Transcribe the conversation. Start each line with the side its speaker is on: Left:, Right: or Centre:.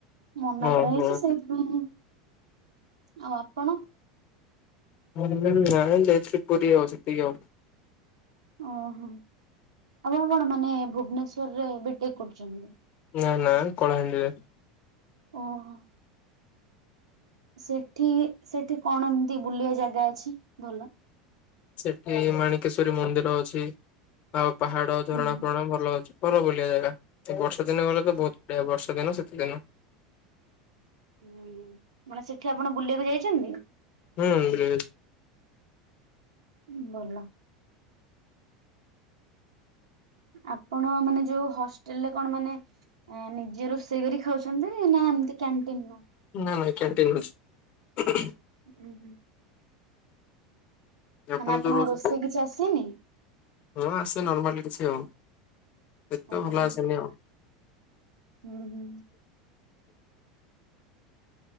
Right: ମନା
Left: ହଁ
Right: କରାହେଇଛି
Left: ହଁ।
Right: ସେଇ ହୁଁ ହୁଁ ଆଉ ଆପଣ?
Left: ନାହିଁ ଯାଇଥିଲି ପୁରୀ ଆଉ ସେତିକି ଆଉ।
Right: ଓହୋ ଆପଣ କଣ ମାନେ ଭୁବନେଶ୍ଵରରେ ବିଟେକ୍ କରୁଛନ୍ତି?
Left: ନାଁ ନାଁ କଳାହାଣ୍ଡି ରେ।
Right: ଓହୋ ସେଠି ସେଠି କଣ ଏମିତି ବୁଲିବା ଜାଗା ଅଛି ଭଲ?
Left: ସେଠି ମାଣିକେଶ୍ଵରୀ ମନ୍ଦିର ଅଛି ଆଉ ପାହାଡ଼
Right: ହୁଁ।
Left: ଝରଣା ଫରଣା ଭଲ ଅଛି। ଭଲ ବୁଲିବା ଜାଗା ଏ ବର୍ଷା ଦିନ ଗଲେ ତ ବହୁତ୍ ବଢ଼ିଆ ବର୍ଷା ଦିନ, ଶୀତ ଦିନ
Right: ହୁଁ ମାନେ ସେଠି ଆପଣ ବୁଲିବାକୁ ଯାଇଛନ୍ତି?
Left: ହୁଁ ବୁଲିବାକୁ <unintelligible>
Right: ହୁଁ ଭଲ। ଆପଣ ମାନେ ଯଉ ହଷ୍ଟେଲରେ କଣ ମାନେ ନିଜେ ରୋଷେଇ କରି ଖାଉଛନ୍ତି ନା ଏମିତି କ୍ୟାଣ୍ଟିନ
Left: ନା ନାଇଁ କ୍ୟାଣ୍ଟିନ୍ ହଉଛି।
Right: ହୁଁ ହୁଁ।
Left: ଆପଣ
Right: ମାନେ ଆପଣଙ୍କୁ
Left: ଯୋଉ ରହୁଛନ୍ତି
Right: ରୋଷେଇ କିଛି ଆସେନି?
Left: ହଁ ଆସେ ନର୍ମାଲି କିଛି ଆଉ। ସେତେ
Right: ଓହୋ।
Left: ଭଲ ଆସେନି ଆଉ।
Right: ହୁଁ ହୁଁ।